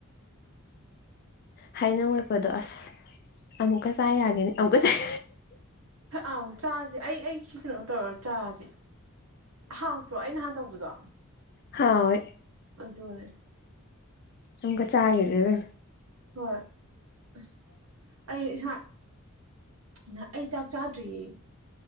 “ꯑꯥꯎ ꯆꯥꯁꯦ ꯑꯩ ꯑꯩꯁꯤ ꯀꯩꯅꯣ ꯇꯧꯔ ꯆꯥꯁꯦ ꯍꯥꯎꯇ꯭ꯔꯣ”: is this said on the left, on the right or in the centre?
Right